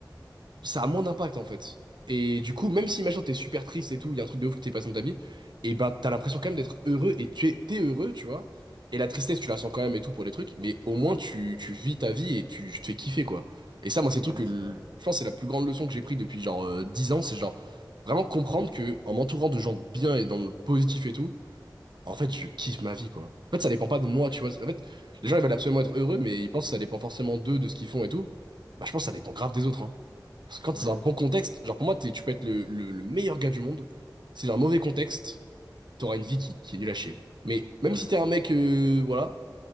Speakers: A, on the right; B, on the right.
A: ça a moins d'impact en fait. Et du coup, même si imagine t'es super triste et tout, il y a un truc de ouf qui t'est passé dans ta vie, et bah t'as l'impression quand même d'être heureux et tu es, t'es heureux, tu vois. Et la tristesse, tu la sens quand même et tout pour les trucs, mais au moins tu, tu vis ta vie et tu tu te fais kiffer quoi. Et ça, moi, c'est le truc
B: Ouais,
A: que
B: c'est
A: l-
B: vrai.
A: je pense que c'est la plus grande leçon que j'ai pris depuis genre euh, 10 ans, c'est genre vraiment comprendre que en m'entourant de gens bien et dans le positif et tout, en fait, je kiffe ma vie, quoi. En fait, ça dépend pas de moi, tu vois. En fait, les gens, ils veulent absolument être heureux, mais ils pensent que ça dépend forcément d'eux, de ce qu'ils font et tout. Bah, je pense que ça dépend grave des autres, hein. Parce que quand
B: Ouais,
A: c'est dans un bon contexte, genre pour moi, t'es- tu peux être le, le- le meilleur gars du monde. Si c'est dans un mauvais contexte, t'auras une vie qui, qui est nulle à chier. Mais même
B: ouais.
A: si t'es un mec, euh, voilà,